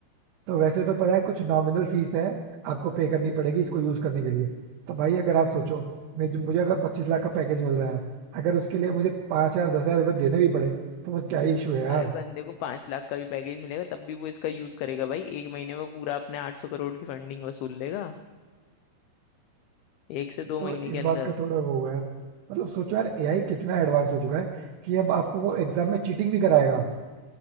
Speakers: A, on the right; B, on the left.
A: तो वैसे तो पता है कुछ नॉमिनल फीस है आपको पे करनी पड़ेगी इसको यूज करने के लिए तो भाई अगर आप सोचो मैं मुझे अगर पच्चीस लाख का पैकेज मिल रहा है अगर उसके लिए मुझे पाँच हजार दस हजार रुपये देने भी पड़े तो वो क्या इशू है यार
B: अरे बंदे को पांच लाख का भी पैकेज मिलेगा तब भी वो इसका यूज करेगा भाई एक महीने में वो पूरा अपने आठ सौ करोड़ की फंडिंग वसूल लेगा एक से दो
A: तो
B: महीने के
A: इस
B: अंदर
A: बात का थोड़ा वो हुआ है मतलब सोचो यार एआई कितना एडवांस हो चुका है कि अब आपको वो एग्जाम में चीटिंग भी कराएगा